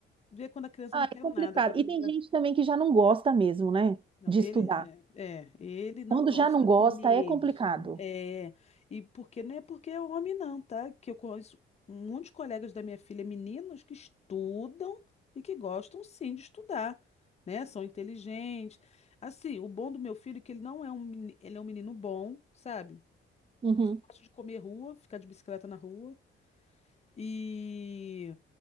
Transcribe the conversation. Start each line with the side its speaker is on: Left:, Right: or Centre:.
Left: vê quando a criança
Right: Ah,
Left: não quer
Right: é complicado.
Left: nada, agora do
Right: E tem
Left: Brasil.
Right: gente também que já não gosta mesmo, né?
Left: Não,
Right: De
Left: ele
Right: estudar.
Left: é, é, ele não
Right: Quando
Left: gosta
Right: já não gosta,
Left: mesmo.
Right: é complicado.
Left: É, e porque não é porque é homem, não, tá? Que eu conheço muitos colegas da minha filha, meninos que estudam e que gostam sim de estudar, né? São inteligentes. Assim, o bom do meu filho é que ele não é um, meni- ele é um menino bom, sabe?
Right: Uhum.
Left: Só gosta de comer rua, ficar de bicicleta na rua. E